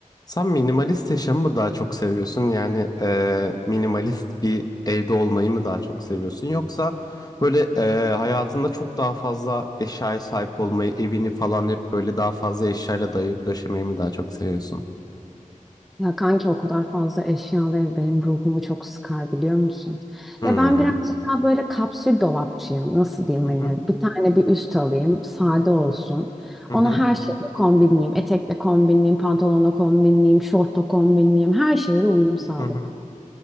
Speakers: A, on the left (about 30°); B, in the centre.
A: Sen minimalist yaşamı mı daha çok seviyorsun? Yani eee, minimalist bir evde olmayı mı daha çok seviyorsun? Yoksa böyle eee, hayatında çok daha fazla eşyaya sahip olmayı, evini falan hep böyle daha fazla eşyayla dayayıp döşemeyi mi daha çok seviyorsun?
B: Ya kanki o kadar fazla eşyalı ev benim ruhumu çok sıkar biliyor musun?
A: Hmm.
B: Ya ben birazcık daha böyle kapsül dolapçıyım. Nasıl diyeyim
A: Hı
B: hani
A: hı.
B: bir tane bir üst alayım sade olsun.
A: Hı
B: Onu
A: hı.
B: her şeyle kombinleyeyim. Etekle kombinleyeyim, pantolonla kombinleyeyim, şortla kombinleyeyim. Her şeyle uyum sağlayayım.
A: Hı hı.